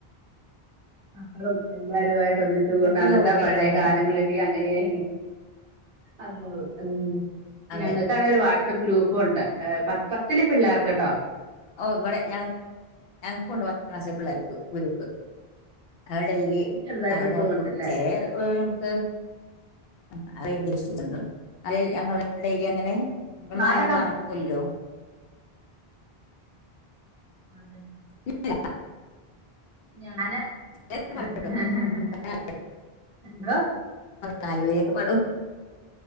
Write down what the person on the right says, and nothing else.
മക്കളും എല്ലാരുആയി ട്ട് ഒന്നിച്ചു കൂടണ
എന്നന്നിട്ടാ
പഴയ കാലങ്ങളടി അങ്ങനെയെ ഇങ്ങ അന്നു ഉം
ഞങ്ങൾക്കാണ രു വാത്ത ശഗ്രൂ ഇപ്പൊണ്ട് പത്ത് പത്തില് പിള്ളേർക്ക്ട്ടോ
ചെറുതായിട്ട്
വിട്ടു
പോണ്ടല്ലേ
പാട്ടൊക്കെ
അതന്നെ
ഞാന്
<unintelligible>
എന്തോ